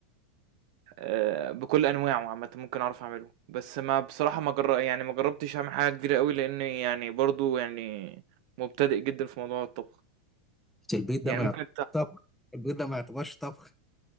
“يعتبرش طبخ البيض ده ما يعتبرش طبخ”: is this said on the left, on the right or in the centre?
Centre